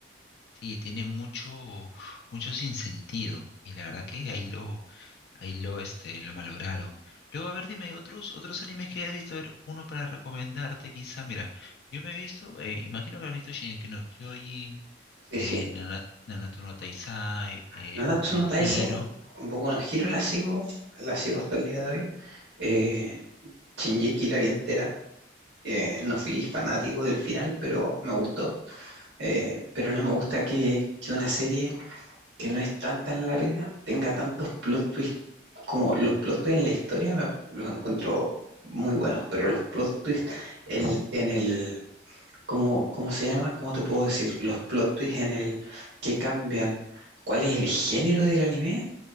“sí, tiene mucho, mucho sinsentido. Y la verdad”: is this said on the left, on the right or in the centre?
Left